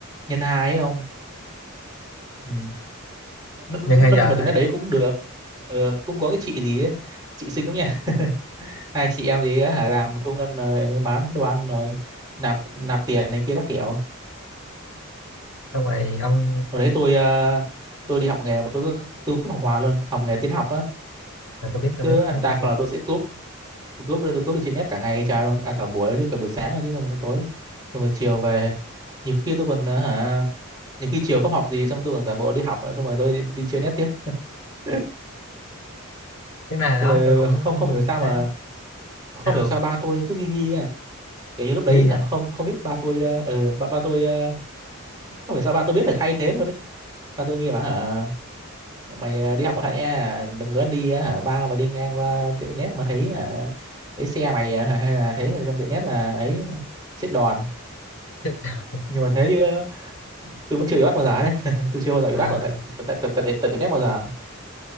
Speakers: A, on the right; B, on the left.
A: nhân hai ấy ông. Ừ. Nó, nó-
B: nhưng hay
A: nói
B: giờ
A: chung là tiệm net đấy cũng được. Ờ, cũng có cái chị gì ấy, chị xinh lắm nha. <laughs> Hai chị em gì ấy, hả làm thu ngân rồi bán đồ ăn rồi nạp nạp tiền này kia các kiểu.
B: xong rồi ông
A: hồi đấy tôi ờ, tôi đi học nghề mà tôi cứ tôi cúp học hoài luôn học nghề tin học á
B: à, tôi biết tôi
A: cứ
B: biết cái
A: đa
B: đó tôi biết
A: phần là tôi sẽ cúp tôi cúp tôi cúp được trên net cả ngày trời luôn à cả buổi chứ cả buổi sáng rồi chứ xong rồi tối xong rồi chiều về nhiều khi tôi còn ờ, hả nhiều khi chiều không học gì xong rồi tôi còn giả bộ đi học xong rồi tôi đi, đi chơi net tiếp <laughs>
B: tiếng này đó
A: xong rồi
B: tôi cũng
A: ờ, không không hiểu sao
B: thế
A: mà không
B: sao
A: hiểu
B: không?
A: sao ba tôi cứ nghi nghi nè kiểu như lúc đấy
B: nghi
A: hả
B: à?
A: không không biết ba tôi ờ ừ, ba, ba tôi ờ, không hiểu sao ba tôi biết được hay thế luôn ấy ba tôi nghi mà hả mày ờ, đi học cẩn thận nha đừng có đi ờ, hả ba mà đi ngang qua tiệm nét mà thấy ờ, thấy xe mày ờ, hay hay là thấy mày trong tiệm nét là ấy chết đòn
B: <laughs>
A: nhưng mà thế chứ ờ, tôi vẫn chưa bị bắt bao giờ đấy <laughs> tôi chưa bao giờ bị
B: à
A: bắt ở tại tại tại tại tại, tại tiệm nét bao giờ